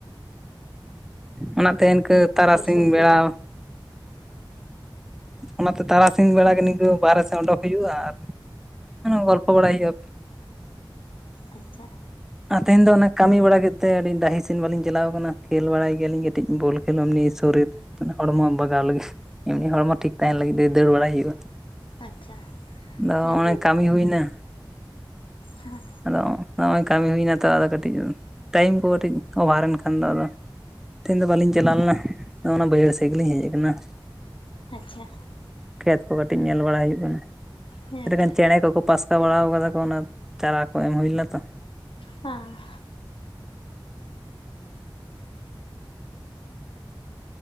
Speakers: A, in the centre; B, on the left.
A: ᱚᱱᱟᱛᱮ ᱤᱱᱠᱟᱹ ᱛᱟᱨᱟᱥᱤᱧ
B: ᱥᱩᱨ ᱥᱩᱨ
A: ᱵᱮᱲᱟ
B: ᱛᱮ
A: ᱚᱱᱟᱛᱮ ᱛᱟᱨᱟᱥᱤᱧ ᱵᱮᱲᱟ ᱜᱮ ᱱᱤᱱᱠᱟᱹ ᱵᱟᱦᱨᱮ ᱥᱮᱫ ᱚᱰᱚᱠᱚᱜ ᱦᱩᱭᱩᱜᱼᱟ ᱟᱨ ᱚᱱᱟ ᱜᱚᱞᱯᱚ ᱵᱟᱲᱟᱭ ᱦᱩᱭᱩᱜᱼᱟ᱾ ᱮᱯᱮ
B: ᱟᱪᱪᱷᱟ
A: ᱛᱮᱦᱮᱧ ᱫᱚ ᱚᱱᱟ ᱠᱟᱹᱢᱤ ᱵᱟᱲᱟ ᱠᱮᱫ ᱛᱮ ᱟᱹᱰᱤ ᱰᱟᱦᱤᱥᱮᱱ ᱵᱟᱞᱤᱧ ᱪᱟᱞᱟᱣ ᱟᱠᱟᱱᱟ ᱠᱷᱮᱞ ᱵᱟᱲᱟᱭ ᱜᱮᱭᱟᱞᱤᱧ ᱠᱟᱹᱴᱤᱡ ᱵᱚᱞ ᱠᱷᱮᱞ ᱮᱢᱱᱤ ᱠᱟᱴᱤᱡ ᱥᱚᱨᱤᱨ ᱦᱚᱲᱢᱚ ᱵᱟᱜᱟᱣ ᱞᱟᱹᱜᱤᱫ, ᱮᱢᱱᱤ ᱦᱚᱲᱢᱚ ᱴᱷᱤᱠ ᱛᱟᱦᱮᱱ ᱞᱟᱹᱜᱤᱫ ᱫᱟᱹᱲ ᱵᱟᱲᱟᱭ ᱦᱩᱭᱩᱜᱼᱟ
B: ᱟᱪᱪᱷᱟ
A: ᱟᱫᱚ
B: ᱦᱮᱸ
A: ᱚᱱᱮ ᱠᱟᱹᱢᱤ ᱦᱩᱭ ᱮᱱᱟ
B: ᱦᱮᱸ
A: ᱟᱫᱚ ᱱᱚᱜᱼᱚᱭ ᱠᱟᱹᱢᱤ ᱦᱩᱭᱱᱟ ᱛᱚ ᱟᱫᱚ ᱠᱟᱹᱴᱤᱡ ᱴᱟᱭᱤᱢ ᱠᱚ ᱠᱟᱹᱴᱤᱡ ᱚᱵᱷᱟᱨᱮᱱ ᱠᱷᱟᱱ ᱫᱚ ᱟᱫᱚ ᱛᱮᱦᱮᱧ ᱫᱚ ᱵᱟᱹᱞᱤᱧ ᱪᱟᱞᱟᱣ ᱞᱮᱱᱟ ᱚᱱᱟ ᱵᱟᱹᱭᱦᱟᱹᱲ ᱥᱮᱫ ᱜᱮᱞᱤᱧ ᱦᱮᱡ ᱟᱠᱟᱱᱟ
B: ᱟᱪᱪᱷᱟ
A: ᱠᱷᱮᱛ ᱠᱚ ᱠᱟᱹᱴᱤᱡ ᱧᱮᱞ ᱵᱟᱲᱟ ᱦᱩᱭᱩᱜ ᱠᱟᱱᱟ
B: ᱦᱮᱸ
A: <unintelligible>
B: ᱮᱱᱛᱮᱫ
A: ᱪᱮᱸᱬᱮ ᱠᱚᱠᱚ ᱯᱟᱥᱠᱟ ᱵᱟᱲᱟᱣ ᱠᱟᱫᱟ ᱠᱚ ᱚᱱᱟ ᱪᱟᱨᱟ ᱠᱚ ᱮᱢ ᱦᱩᱭᱞᱮᱱᱟ ᱛᱚ
B: ᱦᱮᱸ